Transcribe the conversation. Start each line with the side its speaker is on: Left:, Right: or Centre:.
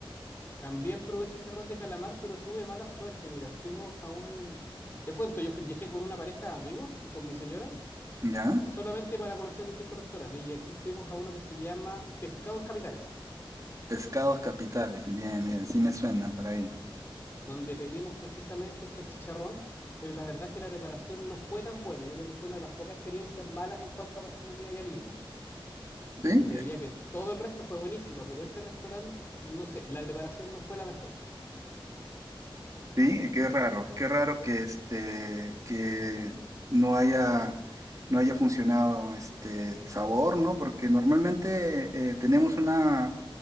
Left: También probé chicharrón de calamar, pero tuve mala suerte. Mira, fuimos a un, te cuento, yo fui, viajé con una pareja de amigos y con mi señora
Right: ¿ya?
Left: solamente para conocer distintos restaurantes. Y aquí fuimos a uno que se llama Pescados Capitales,
Right: Pescados capitales, bien, bien, sí me suena por ahí.
Left: donde pedimos precisamente este chicharrón, pero la verdad que la preparación no fue tan buena. Yo creo que fue una de las pocas experiencias malas en cuanto a gastronomía allá en Lima, porque
Right: Sí,
Left: te diría que todo el resto fue buenísimo, pero ese restaurante, no sé, la preparación no fue la mejor.
Right: sí, qué raro, qué raro que este, que no haya, no haya funcionado este el sabor, ¿no? Porque normalmente eh, tenemos una,